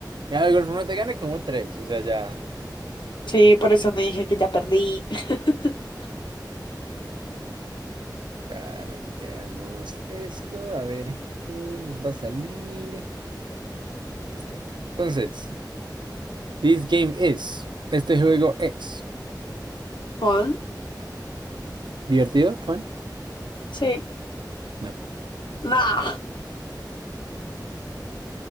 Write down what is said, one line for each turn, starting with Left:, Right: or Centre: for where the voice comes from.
Right: Ya, de igual forma te gané como tres. O sea, ya.
Left: Sí, por eso te dije que ya perdí. <laughs>
Right: Caramba, esto. A ver, ¿qué nos va a salir? Listo. Entonces, this game is. Este juego es.
Left: ¿Con?
Right: ¿Divertido, fun?
Left: Sí.
Right: No.
Left: Nah.